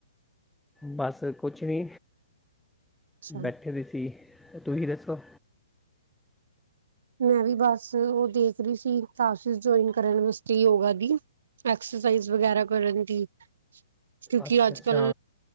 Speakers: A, in the centre; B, on the right.
A: ਬਸ ਕੁੱਛ ਵੀ
B: ਅੱਛਾ,
A: ਬੈਠੇ ਹੋਏ ਸੀ ਤੁਸੀਂ ਦੱਸੋ।
B: ਮੈਂ ਵੀ ਬਸ ਓ ਦੇਖ ਰੀ ਸੀ ਕਲਾਸਿਸ ਜੋਇਨ ਕਰਨ ਵਾਸਤੇ ਤੇ ਯੋਗਾ ਦੀ, ਐਕਸਰਸਾਈਜ਼ ਵਗੈਰਾ ਕਰਨ ਦੀ ਕਿਉਂਕਿ
A: ਅੱਛਾ
B: ਅੱਜ-ਕੱਲ੍ਹ
A: ਅੱਛਾ